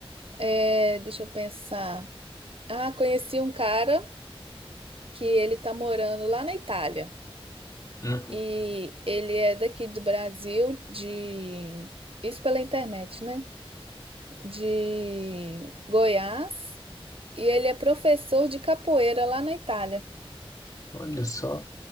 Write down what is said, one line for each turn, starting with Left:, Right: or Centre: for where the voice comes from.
Right: é, deixa eu pensar. Ah, conheci um cara que ele tá morando lá na Itália.
Left: Uhum.
Right: E ele é daqui do Brasil, de isso pela internet, né? De Goiás. E ele é professor de capoeira lá na Itália.
Left: Olha só,